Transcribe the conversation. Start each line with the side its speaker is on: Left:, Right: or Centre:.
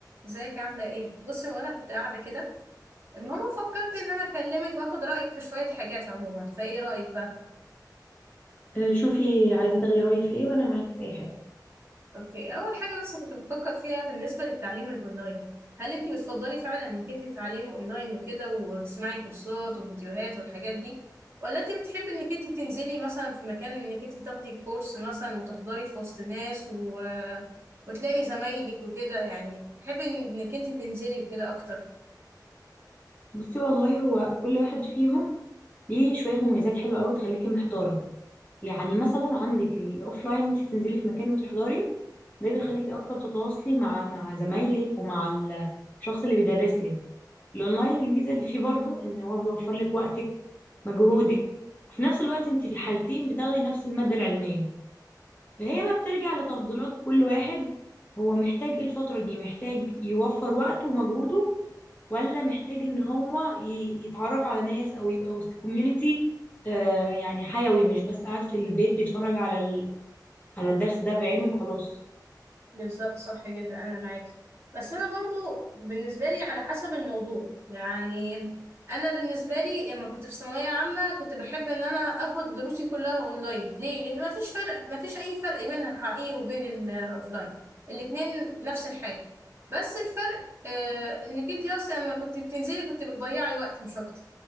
Right: ازيك عاملة ايه؟ بصي وانا كنت قاعدة كده المهم فكرت ان انا اكلمك واخد رأيك في شوية حاجات عموما فايه رأيك بقى؟
Left: آه، شوفي عايزة تغيري رأيي في ايه وانا معاكي في اي حاجة
Right: اوكي اول حاجة بس كنت بفكر فيها بالنسبة للتعليم الاونلاين هل انت بتفضلي فعلا انك انت تتعلمي اونلاين وكده وتسمعي كورسات وفيديوهات والحاجات دي ولا انت بتحبي انك انت تنزلي مثلا في مكان انك انت تاخدي كورس مثلا وتحضري في وسط ناس و... وتلاقي زمايلك وكده يعني تحبي انك انت تنزلي كده اكتر
Left: بصي والله هو كل واحد فيهم ليه شوية مميزات حلوة قوي تخليكي محتارة يعني مثلا عندك الاوفلاين انت تنزلي في مكان وتحضري ده بيخليكي اكتر تتواصلي مع مع زمايلك ومع ال- الشخص اللي بيدرس لك الاونلاين الميزة اللي فيه برضو ان هو بيوفر لك وقتك مجهودك وفي نفس الوقت انت في الحالتين بتاخدي نفس المادة العلمية فهي بقى بترجع لتفضيلات كل واحد هو محتاج ايه الفترة دي محتاج يوفر وقته ومجهوده ولا محتاج ان هو ي- يتعرف على ناس او يبقى وسط كوميونتي يعني حيوي مش بس قاعد في البيت بيتفرج على ال... على الدرس ده بعينه وخلاص
Right: بالظبط صح جدا انا معاكي بس انا برضو بالنسبه لي على حسب الموضوع يعني انا بالنسبه لي لما كنت في ثانويه عامه كنت بحب ان انا اخد دروسي كلها اونلاين ليه لان ما فيش فرق ما فيش اي فرق بين الحقيقي وبين الاوفلاين الاتنين نفس الحاجه بس الفرق آه انك انت اصلا لما كنت بتنزلي كنت بتضيعي وقت مش اكتر